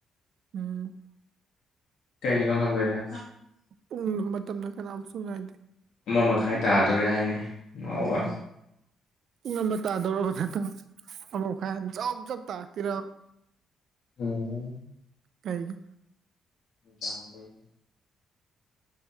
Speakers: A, on the right; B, on the left.
A: ꯎꯝ
B: ꯀꯩꯩꯅꯣ ꯉꯝꯕꯗ
A: ꯄꯨꯡ ꯃꯇꯝꯅ ꯀꯅꯥꯝꯁꯨ ꯉꯥꯏꯗꯦ
B: ꯑꯃ ꯃꯈꯥꯏ ꯇꯥꯗꯧꯔꯦ ꯍꯥꯏꯅꯤ <unintelligible>
A: ꯄꯨꯡ ꯑꯃ ꯇꯥꯗꯧꯔꯕ ꯅꯠꯇꯣ ꯑꯃꯨꯛꯈꯥꯏ ꯖꯣꯞ ꯖꯣꯞ ꯇꯥꯔꯛꯇꯣꯏꯔꯕ
B: ꯎꯝ
A: ꯀꯩꯒꯤ
B: <unintelligible>